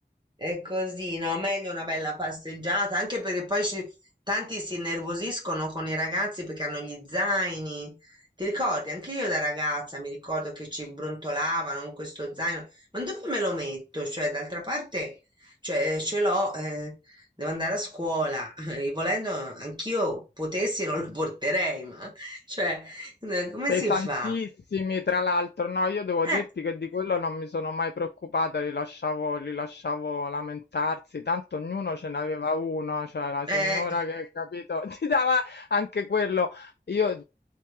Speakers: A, on the right; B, on the left.
A: È così, no? Meglio una bella passeggiata, anche perché poi ci- tanti si innervosiscono con i ragazzi perché hanno gli zaini. Ti ricordi? Anche io da ragazza mi ricordo che ci brontolavano con questo zaino. Ma dove me lo metto? Cioè, d'altra parte, cioè, ce l'ho, eh, devo andare a scuola. <laughs> E volendo, anch'io potessi non lo porterei, ma cioè, eh, come
B: Pesantissimi,
A: si fa?
B: tra l'altro. No, io devo
A: Eh,
B: dirti che di quello non mi sono mai preoccupata, li lasciavo, li lasciavo lamentarsi, tanto ognuno ce n'aveva uno, cioè la signora
A: eh.
B: che, capito, <laughs> ti dava anche quello. Io